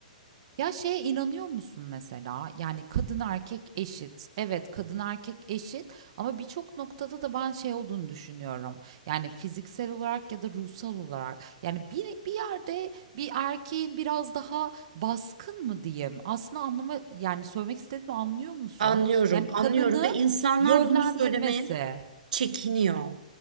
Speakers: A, on the right; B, on the right.
A: Ya şeye inanıyor musun mesela? Yani kadın erkek eşit. Evet, kadın erkek eşit ama birçok noktada da ben şey olduğunu düşünüyorum. Yani fiziksel olarak ya da ruhsal olarak. Yani bir, bir yerde bir erkeğin biraz daha baskın mı diyeyim? Aslında anlama yani söylemek istediğimi anlıyor musun?
B: Anlıyorum,
A: Yani kadını
B: anlıyorum ve insanlar
A: yönlendirmesi.
B: bunu söylemeye çekiniyor.